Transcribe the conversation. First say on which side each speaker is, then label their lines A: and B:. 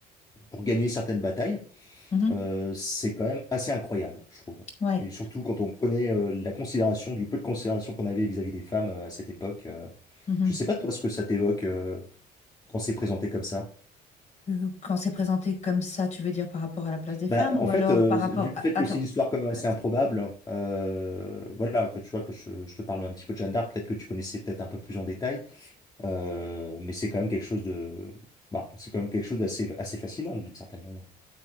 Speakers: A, on the left (about 25°); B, on the left (about 45°).
A: pour gagner certaines batailles
B: mhm.
A: euh, c'est quand même assez incroyable, je trouve.
B: Ouais.
A: Et surtout quand on connaît euh, la considération, du peu de considération qu'on avait vis-à-vis des femmes euh, à cette époque. euh.
B: mhm.
A: je sais pas toi ce que ça t'évoque euh, quand c'est présenté comme ça.
B: Euh, Quand c'est présenté comme ça, tu veux dire par rapport à la place des femmes
A: Bah, en
B: ou
A: fait,
B: alors
A: euh,
B: par rapport...
A: du
B: Ah,
A: fait
B: attends.
A: que c'est une histoire comme assez
B: euh,
A: improbable, euh, voilà, que tu vois que je, je te parle un petit peu de Jeanne d'Arc, peut-être que tu connaissais peut-être un peu plus en détail. Euh, mais c'est quand même quelque chose de, bah, c'est quand même quelque chose d'assez assez fascinant d'une certaine manière.